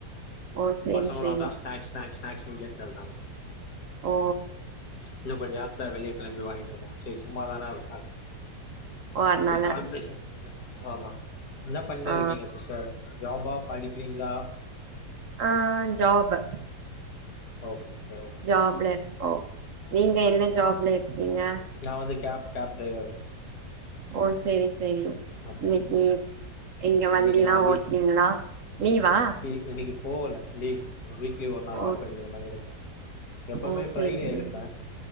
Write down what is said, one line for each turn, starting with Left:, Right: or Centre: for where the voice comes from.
Right: ஓ சேரி
Left: பசங்களு
Right: சேரி
Left: அதா ஸ்நாக்ஸ் ஸ்நாக்ஸ் ஸ்நாக்ஸுன் கேட்டுனு இருக்காங்க
Right: ஓ
Left: இன்னு கொஞ்ச நேரத்துல வெளிய கெளம்பி வாங்கிட்டு வருவோ சேரி சும்மாதான இருக்கோ
Right: ஓ அதனால
Left: செரி கால் பேச ஆமா என்ன பண்ணு
Right: ஆ
Left: இருக்கீங்க சிஸ்டர் ஜாபா படிக்கிறீங்களா
Right: ஆ ஜாப்பு
Left: ஓகே சிஸ்டர் ஓ
Right: ஜாப்ல இருக்கோ நீங்க என்ன ஜாப்ல இருக்கீங்க
Left: நா வந்து கேப் கேப் டிரைவர்
Right: ஓ சேரி செரியு
Left: ஆமா
Right: இன்னக்கி நீங்க வண்டில்லா
Left: இன்னைக்கு நா
Right: ஓட்னீங்களா லீவா
Left: இன்னிக்கு போகல லீவ் வீக்லி ஒரு நாள்
Right: ஓ
Left: ஆஃப் எடுக்குற மாரி இருப்ப எப்பவுமே
Right: ஓ
Left: ஃபிரைடே
Right: சேரி சேரி
Left: எடுப்ப